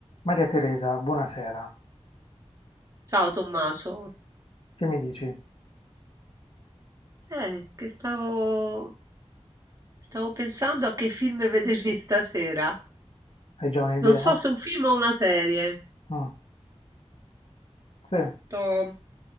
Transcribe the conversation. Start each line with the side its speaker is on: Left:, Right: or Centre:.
Left: Maria Teresa, buonasera.
Right: Ciao Tommaso,
Left: Che mi dici?
Right: eh, che stavo, stavo pensando a che film vedermi <laughs> stasera.
Left: Hai già un'idea?
Right: Non so se un film o una serie.
Left: Mm, sì.
Right: Sto...